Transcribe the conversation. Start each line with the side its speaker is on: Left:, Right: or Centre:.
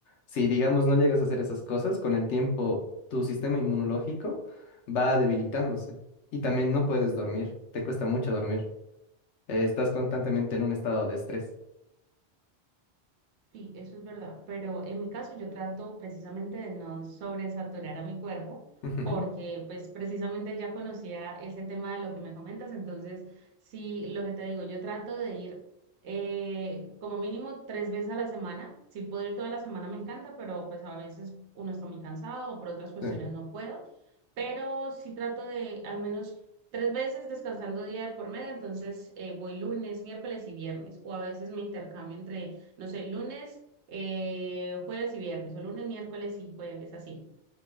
Left: Si, digamos, no llegas a hacer esas cosas, con el tiempo tu sistema inmunológico va debilitándose y también no puedes dormir, te cuesta mucho dormir. Eh, estás constantemente en un estado de estrés.
Right: Sí, eso es verdad, pero en mi caso yo trato precisamente de no sobresaturar a mi cuerpo
Left: Ujú,
Right: porque pues precisamente ya conocía ese tema de lo que me comentas, entonces sí, lo que te digo, yo trato de ir eh, como mínimo tres veces a la semana, si puedo ir toda la semana me encanta, pero pues a veces uno está muy cansado o por otras cuestiones
Left: sí.
Right: no puedo, pero sí trato de al menos tres veces descansando día de por medio, entonces eh, voy lunes, miércoles y viernes o a veces me intercambio entre no sé, lunes, eh, jueves y viernes, o lunes, miércoles y jueves, así.